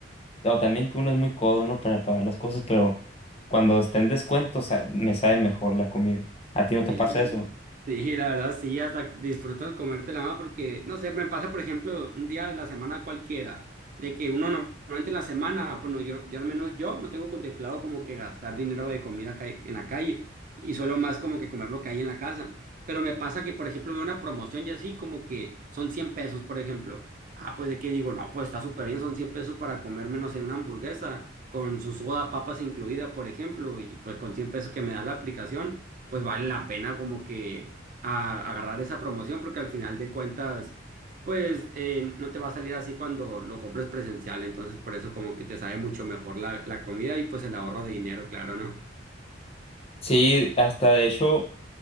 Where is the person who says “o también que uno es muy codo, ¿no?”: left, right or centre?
Left